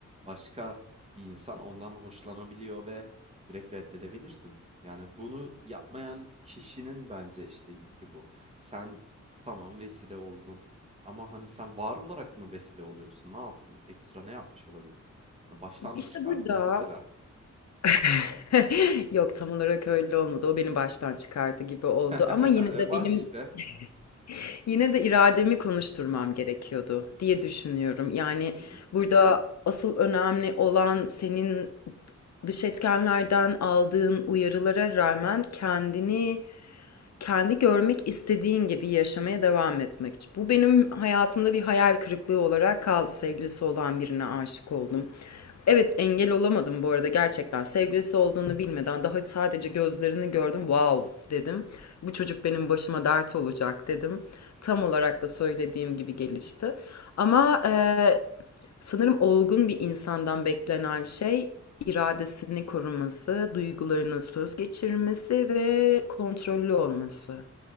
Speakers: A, on the right; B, on the left.
A: başka bir insan ondan hoşlanabiliyor ve direkt reddedebilirsin. Yani bunu yapmayan kişinin bence işte yükü bu. Sen tamam vesile oldun. Ama hani sen var olarak mı vesile oluyorsun? Ne yaptın? Ekstra ne yapmış olabilirsin? Hani Baştan
B: İşte
A: mı çıkardın
B: burada
A: <laughs> mesela?
B: <laughs> Yok, tam olarak öyle olmadı. O beni baştan çıkardı gibi oldu
A: <laughs>
B: ama yine
A: E
B: de
A: bak
B: benim
A: işte.
B: <laughs> yine de irademi konuşturmam gerekiyordu diye düşünüyorum. Yani,
A: Mm, mm.
B: burada asıl önemli olan senin dış etkenlerden aldığın uyarılara rağmen kendini kendi görmek istediğin gibi yaşamaya devam etmek. Bu benim hayatımda bir hayal kırıklığı olarak kaldı. Sevgilisi olan birine aşık oldum. Evet engel olamadım bu arada gerçekten. Sevgilisi olduğunu bilmeden daha sadece gözlerini gördüm. Wow dedim. Bu çocuk benim başıma dert olacak dedim. Tam olarak da söylediğim gibi gelişti. Ama eee, sanırım olgun bir insandan beklenen şey iradesini koruması, duygularına söz geçirmesi ve kontrollü olması.